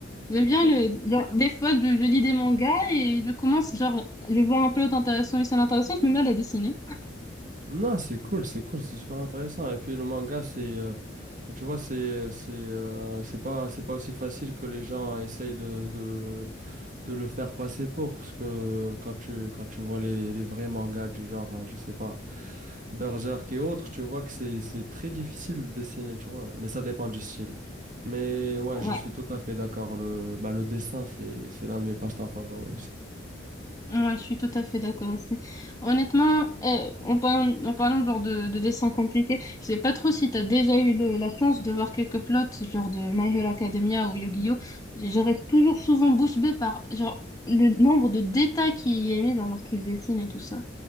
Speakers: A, on the left (about 20°); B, on the right (about 45°).
A: J'aime
B: c'est
A: bien
B: cool.
A: le... Genre, des fois, je, je lis des mangas et je commence, genre, je vois un plot intéressant, une scène intéressante, je me mets à la dessiner.
B: Non, c'est cool, c'est cool, c'est super intéressant. Et puis le manga, c'est. euh, ben, tu vois, c'est, c'est, euh, c'est pas, c'est pas aussi facile que les gens essayent de, de, de le faire passer pour. Parce que quand tu, quand tu vois les, les vrais mangas du genre, euh, je sais pas. Berserk et autres, tu vois que c'est c'est très difficile de dessiner, tu vois, mais ça dépend du style. Mais ouais,
A: Ouais,
B: je suis tout à fait d'accord. Le, bah, le dessin, c'est c'est l'un de mes passe-temps favoris aussi.
A: Ouais, je suis tout à fait d'accord aussi. Honnêtement, euh, en parlant, en parlant genre de, de dessin compliqué, je sais pas trop si t'as déjà eu le- la chance de voir quelques plots genre de My Hero Academia ou Yu-Gi-Oh! Je reste toujours souvent bouche bée par genre le nombre de détails qu'il y est mis genre lorsqu'il dessine et tout ça.